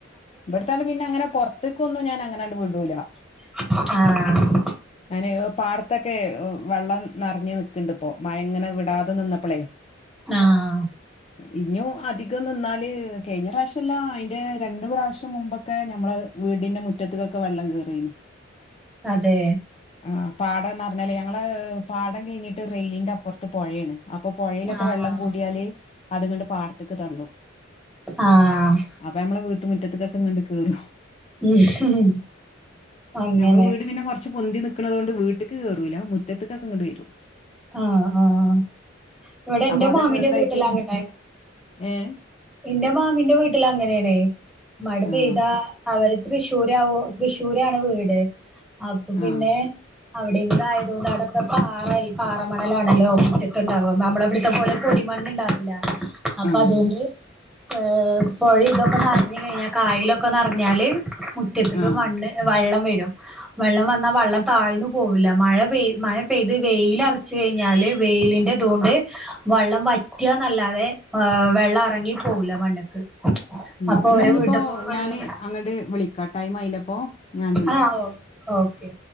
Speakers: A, on the left; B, in the centre.
A: ഇവിടത്താളെ പിന്നെ അങ്ങനെ പുറത്തേക്കൊന്നും ഞാൻ അങ്ങനാണ്ട് വിടൂല
B: ആഹ്
A: അങ്ങനെയോ പാടത്തൊക്കെ വെള്ളം നിറഞ്ഞു നിക്കിണ്ട് പ്പൊ മയങ്ങനെ വിടാതെ നിന്നപ്പളേ
B: ആഹ്
A: ഇഞ്ഞൂ അധികം നിന്നാല് കെയിഞ്ഞ പ്രാവശ്യംല്ല അയിന്റെ രണ്ട് പ്രാവശ്യം മുമ്പൊക്കെ ഞമ്മള് വീടിന്റെ മുറ്റത്തക്കൊക്കെ വെള്ളം കയറുന്നു
B: അതെ
A: ആ പാടംന്ന് പറഞ്ഞല്ലേ ഞങ്ങള് പാടം കഴിഞ്ഞിട്ട് റെയിലിന്റെ അപ്പുറത്ത് പൊഴേണ് അപ്പൊ പൊഴേലൊക്കെ
B: ആഹ്
A: വെള്ളം കൂടിയാല് അത് ങ്ങണ്ട് പാർത്തക്ക് തള്ളും
B: ആഹ്
A: അപ്പൊ നമ്മളെ വീട്ടുറ്റത്തക്കൊക്കെങ്ങണ്ട് കേറു
B: <unintelligible> അങ്ങനെ
A: ഞമ്മൾ വീട് പിന്നെ കൊറച്ച് പൊന്തി നിക്കുന്നോണ്ട് വീട്ടക്ക് കേറൂല മുറ്റത്തക്കൊക്കെ ഇങ്ങോട്ട് വരും
B: ആഹ് ആഹ് ഇവിടെ ഇന്റെ
A: അപ്പൊ അതൊക്കെ
B: മാമിന്റെ
A: ഇതായിട്ട്
B: വീട്ടില അങ്ങനെ
A: ഏഹ്
B: എന്റെ മാമന്റെ വീട്ടിൽ അങ്ങനെണേ മടു പെയ്താ
A: ആഹ്
B: അവര് തൃശ്ശൂര്വോ തൃശ്ശൂരാണ് വീട് അപ്പൊ പിന്നെ
A: ആഹ്
B: അവിടെന്തായതുകൊണ്ട് അടൊക്കെ പാറൽ പാറമണലാണല്ലോ മുറ്റത്തുണ്ടാവും നമ്മള അവിടുത്തെ പോലെ പൊടിമണ്ണ ണ്ടാവില്ല അപ്പൊ
A: ആഹ്
B: അതുകൊണ്ട് ഏ പൊഴ ഇതൊക്കെ നിറഞ്ഞു കഴിഞ്ഞാൽ കായലൊക്കെ നിറഞ്ഞാല് മുറ്റത്തക്ക്
A: ആഹ്
B: മണ്ണ് വള്ളം വരും വെള്ളം വന്നാൽ വള്ളം താഴ്ന്നു പോവില്ല മഴ പെയ് മഴ പെയ്ത് വെയില അരച്ച് കഴിഞ്ഞാല് വെയിലിന്റെ അതുകൊണ്ട് വള്ളം വറ്റന്നല്ലാതെ വെള്ളം ഇറങ്ങി പോകല മണ്ണക്ക്
A: ഉം
B: അപ്പൊ അവര
A: ന്നാ ഇഞ്ഞിപ്പോ
B: വീട്ടൊക്കെ വെള്ളം
A: ഞാന് അങ്ങട്ട് വിളിക്കാ ടൈം ആയിലപ്പോ ഞാണ്ട് വിളിക്കാ
B: ആഹ് ഓക്കെ